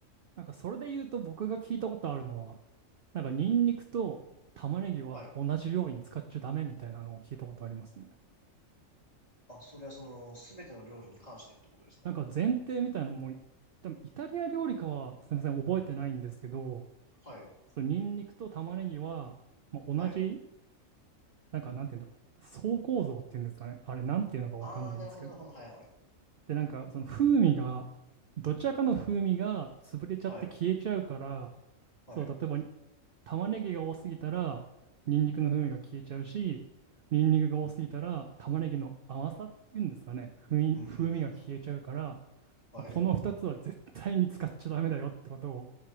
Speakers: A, on the right; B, on the left.
A: なんかそれで言うと僕が聞いたことあるのは、なんかニンニクと玉ねぎは同じ料理に使っちゃダメみたいなのを聞いたことありますね。
B: はい。あ、それはその、すべての料理に関してってことですか
A: なんか前提みたいなのも、多分イタリア料理かはすみません、覚えてないんですけど、
B: はい。
A: そのニンニクと玉ねぎは、まあ、同じ
B: はい。
A: なんか、なんて言うんだろう。層構造っていうんですかね。あれ、なんていうのかわかんないですけど。
B: あー、なるほど、なるほど。はい、はい。
A: で、なんか、その風味が、どちらかの風味が潰れちゃって消えちゃうから、
B: はい。はい。
A: そう、例えば、玉ねぎが多すぎたら、ニンニクの風味が消えちゃうし、ニンニクが多すぎたら、玉ねぎの甘さっていうんですかね。風味、
B: うん、うん、
A: 風味が消えちゃうから、
B: うん、うん。はい。
A: まあこの2つは絶対に使っちゃダメだよってことを